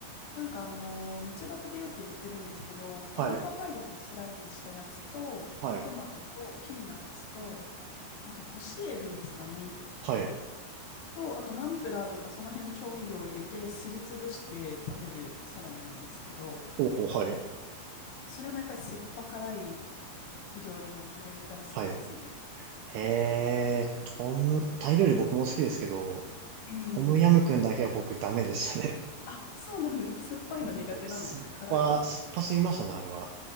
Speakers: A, on the left; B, on the right.
A: なんかあのー、道端でよく売ってるんですけど、
B: はい、
A: 青パパイヤをスライスしたやつと、
B: はい、
A: トマトとピーナッツと、あと干しエビですかね。
B: はい。
A: と、あとナンプラーとかその辺の調味料を入れてすりつぶして食べるサラダなんですけど、
B: ほうほう、はい、
A: それもやっぱり酸っぱ辛い料理なので大好きですね。
B: はい。へえ、トム、タイ料理僕も好きですけど、
A: えー、
B: トムヤムクンだけは僕ダメでしたね。
A: あ、そうなんですか。酸っぱいの苦手なんですか辛いの。
B: うん酸っぱ、酸っぱすぎましたね、あれは。